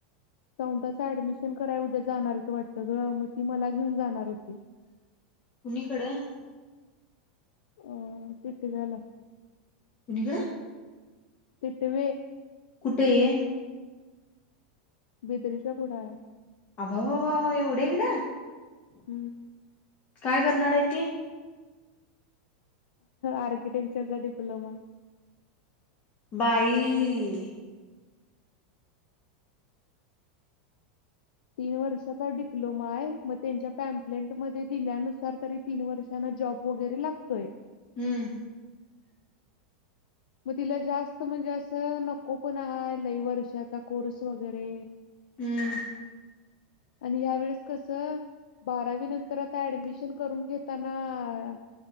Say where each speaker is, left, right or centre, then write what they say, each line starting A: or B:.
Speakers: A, on the left; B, on the left.
A: सवताचं ऍडमिशन करायला उद्या जाणार वाटतं ग, मग ती मला घेऊन जाणार होती.
B: कुणीकडं?
A: अ.. टिटव्याला.
B: कुणीकडं?
A: टिटवे.
B: कुठे ये?
A: बिदरीच्या पुढा हाया.
B: अबा, अबा, अबा, अबाबाबा एवढ्या इकडं?
A: हं.
B: काय करणार आहे ती?
A: आर्कीटेक्चरचा डिप्लोमा.
B: बाई....
A: तीन वर्षाचा डिप्लोमा आहे, मग त्यांच्या पॅम्पलेंट मध्ये दिल्यानुसार तरी- तीन वर्षांन जॉब वगैरे लागतोयं.
B: हम्म.
A: मग तिला जास्त म्हणजे, असं नको पण आहे, लय वर्षाचा कोर्स वगैरे.
B: हम्म.
A: आणि ह्या वेळेस कसं, बारावी नंतर आता ऍडमिशन करून घेताना-